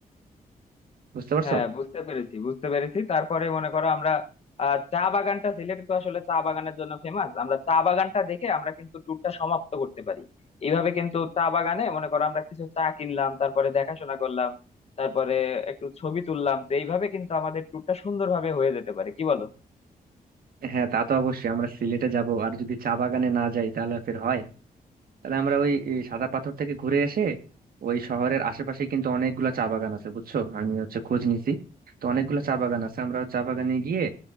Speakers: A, on the right; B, on the left.
A: বুঝতে পারছো
B: হ্যাঁ বুঝতে পেরেছি বুঝতে পেরেছি তারপরে মনে করো আমরা আহ, চা বাগানটা সিলেট তো আসলে চা বাগানের জন্য ফেমাস আমরা চা বাগানটা দেখে আমরা কিন্তু ট্যুরটা সমাপ্ত করতে পারি এইভাবে কিন্তু চা বাগানে মনে করো আমরা কিছু চা কিনলাম তারপরে দেখাশোনা করলাম তারপরে একটু ছবি তুললাম তো এইভাবে কিন্তু আমাদের ট্যুরটা সুন্দরভাবে হয়ে যেতে পারে কি বলো
A: হ্যাঁ তা তো অবশ্যই আমরা সিলেটে যাব আর যদি চা বাগানে না যাই তাহলে ফের হয় তাহলে আমরা ওই এই সাদা পাথর থেকে ঘুরে এসে ওই শহরের আশেপাশে কিন্তু অনেকগুলা চা বাগান আছে বুঝছো আমি হচ্ছে খোঁজ নিছি তো অনেকগুলা চা বাগান আছে আমরা চা বাগানে গিয়ে